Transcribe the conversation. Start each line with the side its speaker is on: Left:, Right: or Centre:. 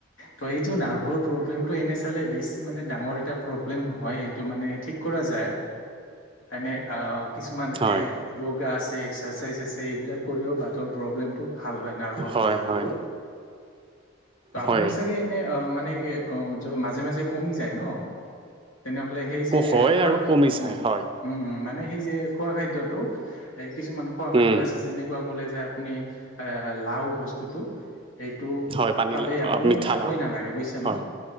Left: ত এইটো নাৰ্ভৰ প্ৰব্লেমটো এনে চালে বেছি মানে ডাঙৰ এটা প্ৰব্লেম নহয় এইটো মানে ঠিক কৰা যায় এনে আ কিছুমান
Right: হয়
Left: এ য়োগা আছে এক্সাৰচাইজ আছে এইবিলাক কৰিও বাটৰ প্ৰব্লেমটো ভাল হয় নাৰ্ভৰ
Right: হয়
Left: প্ৰব্লেমটো
Right: হয়
Left: ত
Right: হয়
Left: আপোনাৰ চাগে এনে অ মানে কে অ মাজে মাজে কমি যায় ন তেনেহলে সেই যে
Right: হয়
Left: খোৱা
Right: আৰু
Left: খাই
Right: কমি যায়
Left: উম
Right: হয়
Left: উম উ মানে সেই যে খোৱা খাদ্যটো এ কিছুমান খোৱা খাদ্য
Right: উম,
Left: আছে যেনেক কোৱা ক'লে যে আপুনি এ লাও বস্তুটো এইটো
Right: হয় পানীলাও
Left: পালেই আপুনি
Right: মিঠালাও
Left: খাবই নালাগে বুজিছে
Right: হয়
Left: ন